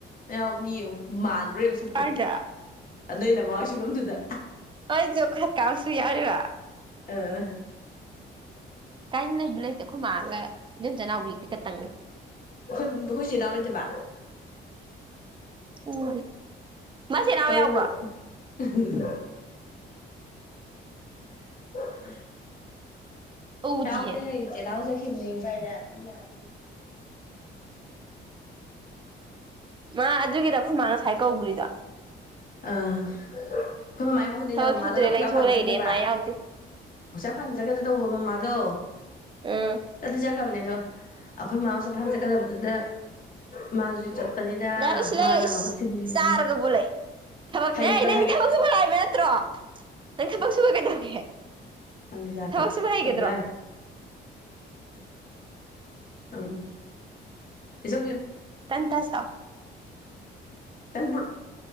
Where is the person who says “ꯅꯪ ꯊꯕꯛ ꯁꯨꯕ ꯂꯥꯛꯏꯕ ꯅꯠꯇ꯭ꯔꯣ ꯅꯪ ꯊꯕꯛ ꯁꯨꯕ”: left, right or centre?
Right